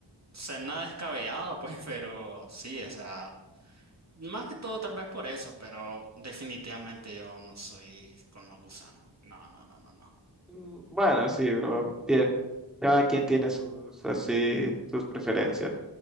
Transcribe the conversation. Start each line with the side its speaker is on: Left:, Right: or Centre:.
Right: o nada descabellado pues, <laughs> pero sí, o sea, más que todo tal vez por eso, pero definitivamente yo no soy con los gusanos. No, no, no, no, no.
Centre: Mm, Bueno, sí, bro. Tie- cada quien tiene sus, así, sus preferencias.